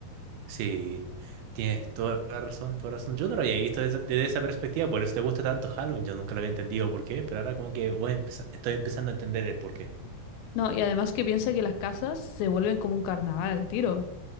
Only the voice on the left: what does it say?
No, y además que piensa que las casas se vuelven como un carnaval al tiro.